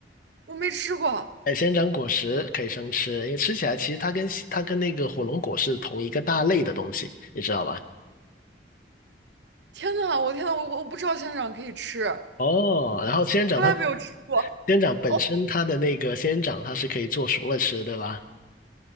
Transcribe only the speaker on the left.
哎，仙人掌果实可以生吃，因为吃起来其实它跟它跟那个火龙果是同一个大类的东西，你知道吧？
哦，然后仙人掌它，
仙人掌本身它的那个仙人掌它是可以做熟了吃，
对吧？